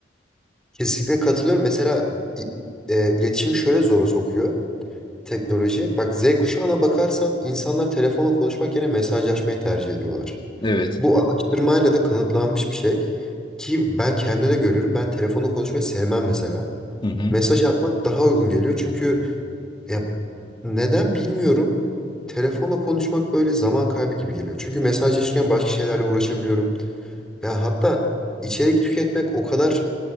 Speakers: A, in the centre; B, on the left.
A: Kesinlikle katılıyorum. Mesela i- e, iletişimi şöyle zora sokuyor teknoloji. Bak Z kuşağına bakarsan insanlar telefonla konuşmak yerine mesajlaşmayı tercih ediyorlar.
B: Evet.
A: Bu araştırmayla da kanıtlanmış bir şey. Ki ben kendimde de görüyorum. Ben telefonla konuşmayı sevmem mesela.
B: Hı hı.
A: Mesaj atmak daha uygun geliyor. Çünkü ya Neden bilmiyorum. Telefonla konuşmak böyle zaman kaybı gibi geliyor. Çünkü mesajlaşırken başka şeylerle uğraşabiliyorum. Ya hatta içerik tüketmek o kadar